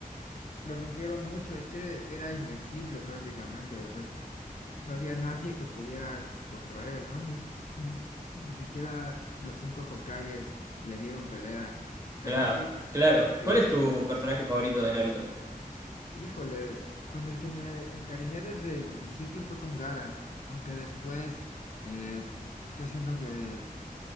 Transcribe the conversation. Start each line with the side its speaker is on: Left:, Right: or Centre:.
Left: Lo rompieron mucho, es que era invencible prácticamente, o sea, no había nadie que pudiera c- contra él, ¿no? Ni, ni, ni siquiera los cinco Hokages le dieron pelea.
Right: Claro,
Left: <laughs> Sí,
Right: claro.
Left: sí,
Right: ¿Cuál
Left: o
Right: es
Left: sea,
Right: tu personaje favorito de Naruto?
Left: Híjole, con el que me encariñé desde el principio fue con Gara, aunque después eh, yo siento que